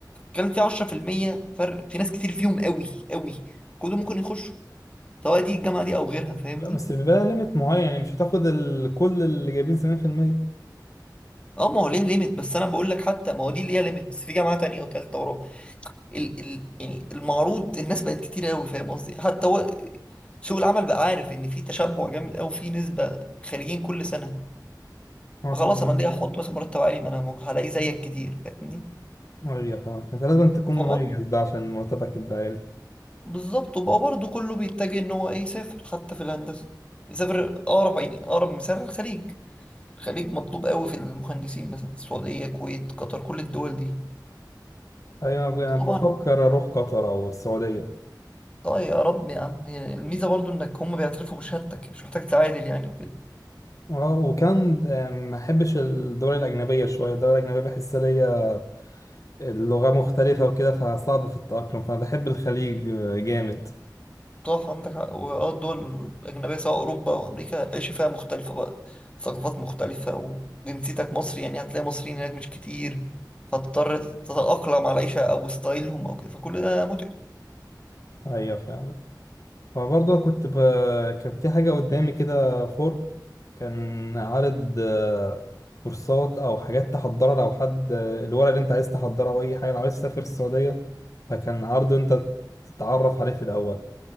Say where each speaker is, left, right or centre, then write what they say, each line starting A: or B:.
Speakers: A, on the left; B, on the left.
A: كان في 10% فرق في ناس كتير فيهم قوي قوي كلهم ممكن يخشوا سواء دي الجامعه دي او غيرها فاهمني
B: لا بس بيبقى لها ليميت معين يعني مش هتاخد ال... كل اللي جايبين 70%
A: اه ما هو ليه ليميت بس انا بقول لك حتى ما هو دي اللي هي ليميت بس في جامعه تانية وتالتة ورابعه ال ال يعني المعروض الناس بقت كتير قوي فاهم قصدي حتى هو سوق العمل بقى عارف ان في تشبع جامد قوي في نسبه خارجين كل سنه
B: اه
A: فخلاص
B: فاهم
A: انا ليه احط مثلا مرتب عالي ما انا م- هلاقي زيك كتير فاهمني
B: ايوه فاهم انت لازم تكون
A: فبرضه
B: مميز بقى عشان مرتبك يبقى عالي
A: بالظبط وبقى برضه كله بيتجه ان هو ايه يسافر حتى في الهندسه يسافر اقرب يعني اقرب مثال الخليج الخليج مطلوب قوي في المهندسين مثلا السعوديه الكويت قطر كل الدول دي
B: ايوه انا بفكر
A: طبعا
B: اروح قطر او السعوديه
A: طيب يا رب يا عم يعني الميزة برضو انك هم بيعترفوا بشهادتك مش محتاج تعادل يعني وكده
B: اه وكان آه، ما احبش الدول الاجنبيه شويه الدول الاجنبيه بحس ليا اللغه مختلفه وكده فصعب في التاقلم فبحب الخليج آه، جامد
A: صح عندك حق واه الدول الأجنبية سواء أوروبا أو أمريكا العيش فيها مختلفة بقى ثقافات مختلفة وجنسيتك مصري يعني هتلاقي مصريين هناك مش كتير فتضطر تتأقلم على العيشة أو ستايلهم أو كده فكل ده متعب
B: ايوه فاهم فبرضه كنت ب... كان في حاجة قدامي كده فورم كان عارض آه، كورسات أو حاجات تحضرها لو حد آه، الورق اللي أنت عايز تحضره أو أي حاجة لو عايز تسافر السعودية فكان عرض أنت تتعرف عليه في الأول